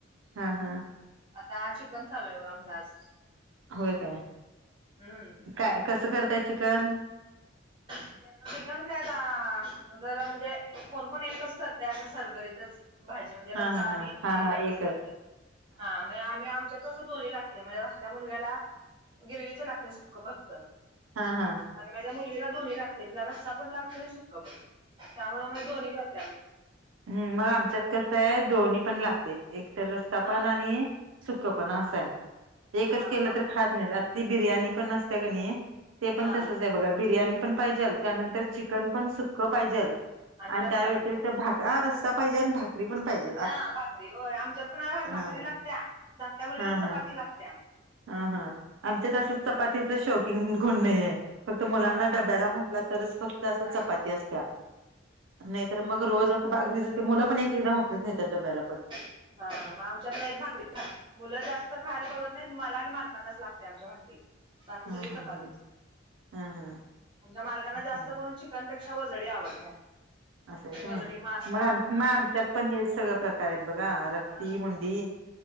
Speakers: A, on the right (about 80°); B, on the right (about 25°).
A: हा हा.
B: आता आज शिकम चालूय बघा आमचा आज.
A: होय काय
B: हम्म
A: काय कसं करताय चिकन.
B: चिकन काय द जरा म्हणजे कोणकोण एकच करते असं सरबरीतच. भाजी म्हणजे रस्सा
A: हा हा
B: आणि
A: हा. हा
B: एकत्रच
A: हा एकच.
B: करते हा म्हग आम्ही आमच्या. तसं दोन्ही लागत म्हणजे आपल्या मुलग्याला गिरवीच लागते सुक्ख फक्त.
A: हा हा.
B: आणि माझ्या मुलगीला दोन्ही लागते तिला रस्सा पण लागतोय आणि सुक्कं पण त्यामु मग दोन्ही करते म.
A: हम् मग आमच्यात कसं आहे दोन्ही पण लागते एक तर रस्ता
B: हा
A: पण आणि. सुख पण असंय एकच
B: हा
A: केलं
B: मग आम
A: तर खात नाही आता ती बिर्याणी पण नसते काणी. ते पण
B: हा
A: तसच आहे बघा बिर्याणी पण पाहिजेल त्यानंतर चिकन पण सुखं पाहिजेल. आणि
B: रस्सा
A: त्या व्यतिरिक्त
B: पण पाहिजे
A: भाक हा रस्ता पाहिजे आणि भाकरी पण पाहिजे.
B: हा भाकरी होय आमच्यात पण
A: हा.
B: भाकरी लागत्या धाकट्या मुलग्याला
A: हा हा.
B: चपाती लागत्या.
A: हा हा आमच्या तसं चपातीच शौकिन गुण नाही आहे. फक्त मुलांना
B: हा आम
A: डब्याला म्हटला तरच फक्त अस
B: हा
A: चपाती
B: हा
A: असत्या नाही तरर मग रोज. बागरीच असते मुलं पण एकदा भाकरीच यतात डब्याला पण.
B: हा मग आमच्यातला एक भाकरी ख. मुलं जास्त खायला बघत नाही मला आणि मालकांनाच लागते आमच्या भाकरी. बाकी
A: हा
B: सगळे
A: हा
B: चपाती
A: हा. हा हा
B: आमच्या मालकांना जास्त
A: हा
B: करून. चिकनपेक्षा व वजडी आवडत्या.
A: असं काय
B: वजडी मासा
A: मग
B: हा
A: मग आमच्या. पण हे सगळ प्रकार आहेत बघा रक्ती
B: हा
A: मुंडी